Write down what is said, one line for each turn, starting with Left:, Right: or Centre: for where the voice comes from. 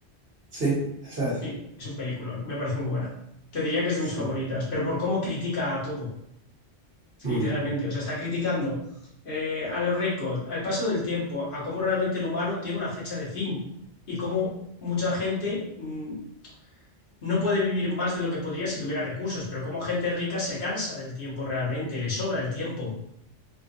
Right: Sí, esa
Left: Sí,
Right: es.
Left: es un peliculón, me parece muy buena. Te diría que es de
Right: Sí.
Left: mis favoritas, pero por cómo critica a todo. literalmente.
Right: Mm.
Left: O sea, está criticando eh, a los ricos, al paso del tiempo, a cómo realmente el humano tiene una fecha de fin y cómo mucha gente mm, no puede vivir más de lo que podría si tuviera recursos, pero cómo gente rica se cansa del tiempo realmente, le sobra el tiempo.